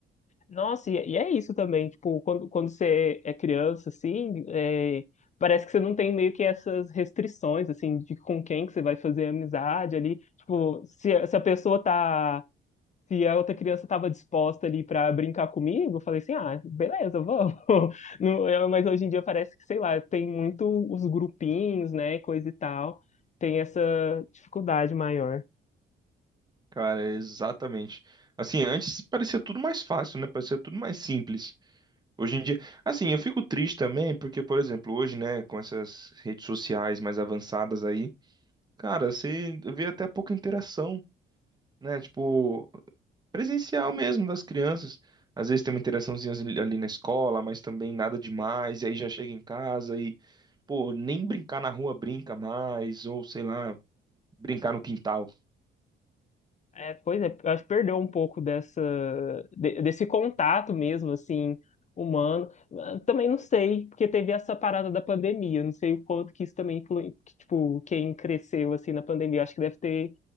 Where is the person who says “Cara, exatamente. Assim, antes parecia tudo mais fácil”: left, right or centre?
Right